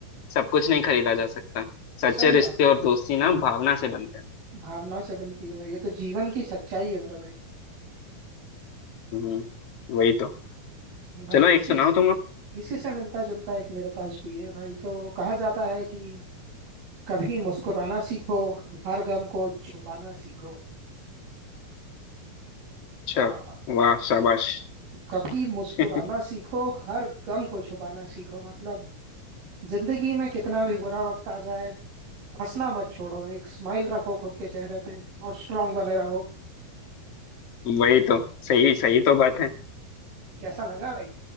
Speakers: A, on the left; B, on the right.
A: सब कुछ नहीं खरीदा जा सकता सच्चे
B: सही
A: रिश्ते
B: बात है
A: और
B: भाई
A: दोस्ती ना भावना से बनते हैं
B: भावना से बनती है भाई ये तो जीवन की सच्चाई है मेरा भाई
A: हम्म, वही तो
B: भाई
A: चलो
B: इसी
A: एक सुनाओ तुम अब
B: इसी से मिलता जुलता एक मेरे पास भी है भाई तो कहा जाता है कि कभी मुस्कुराना सीखो हर गम को छुपाना सीखो
A: अच्छा
B: वाह वाह
A: वाह शाबाश
B: कभी मुस्कुराना
A: <laughs>
B: सीखो हर गम को छुपाना सीखो मतलब जिंदगी में कितना भी बुरा वक्त आ जाए हंसना मत छोड़ो एक स्माइल रखो खुद के चेहरे पे और स्ट्रांग बने रहो
A: वही तो सही सही तो बात है
B: कैसा लगा भाई